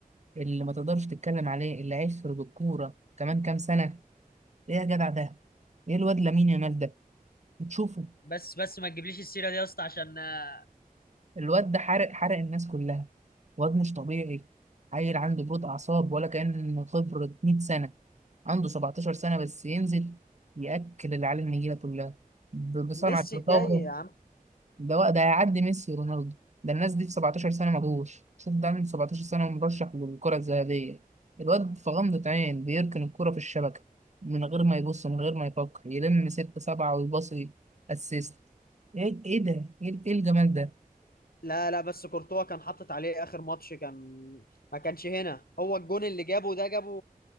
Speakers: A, on the right; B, on the left.
A: اللي ما تقدرش تتكلم عليه اللي هيخرج الكورة كمان كام سنة ايه يا جدع ده ايه الواد لامين يامال ده بتشوفه
B: بس بس ما تجيبليش السيره دي يا اسطى عشان آه،
A: الواد ده حرق حرق الناس كلها واد مش طبيعي عيل عنده بروت اعصاب ولا كان خبرة 100 سنة عنده 17 سنة بس ينزل ياكل العيال النجيلة كلها ب- بصنعة
B: ميسي
A: لطافة
B: الجاي يا عم
A: ده هو- ده هيعدي ميسي ورونالدو ده الناس دي في 17 سنة ما جوش شوف ده عنده 17 سنة ومرشح للكرة الذهبية الواد في غمضة عين بيركن الكرة في الشبكة من غير ما يبص من غير ما يفكر يلم ستة سبعة ويباصي اسيست ايه ايه ده ايه إيه الجمال ده
B: لا لا بس كورتوا كان حاطط عليه اخر ماتش كان ما كانش هنا هو الجون اللي جابه ده جابه